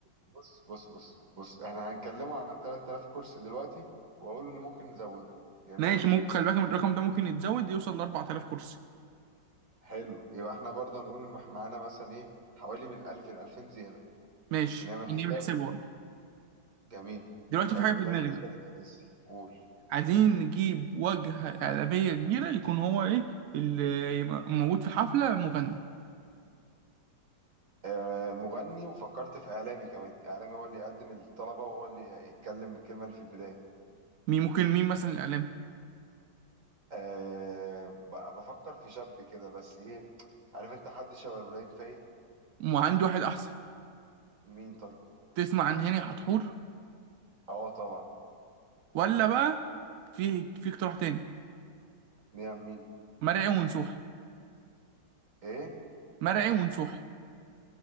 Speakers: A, on the right; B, on the right.
A: بص بص بص بص إحنا هنكلمه على 3000 كرسي دلوقتي وأقول إن ممكن نزوده جميل
B: ماشي ممكن خلي بالك من الرقم ده ممكن يتزود يوصل ل 4000 كرسي
A: حلو يبقى إحنا برضه هنقول إن إحنا معانا مثلا إيه حوالي من 1000 ل 2000 زيادة
B: ماشي
A: عشان نعمل حسابه
B: نعمل حساب برضه
A: جميل
B: دلوقتي
A: طيب
B: في حاجه في
A: ده
B: دماغي
A: بالنسبة
B: بقى
A: للكراسي قول
B: عايزين نجيب واجهه اعلاميه كبيره يكون هو ايه اللي يبقى موجود في الحفله مغني
A: آه، مغني وفكرت في إعلامي كمان إعلامي هو اللي يقدم الطلبة وهو اللي يتكلم الكلمة اللي في البداية
B: مين ممكن مين مثلا الاعلام
A: أه ب- بفكر في شاب كده بس إيه عارف أنت حد شبه إبراهيم فايق
B: وعندي واحد احسن
A: مين طيب
B: تسمع عن هاني حتحور
A: أه طبعا
B: ولا بقى في في اقتراح تاني
A: نعم مين
B: مرعي ونسوحي
A: إيه
B: مرعي ونسوحي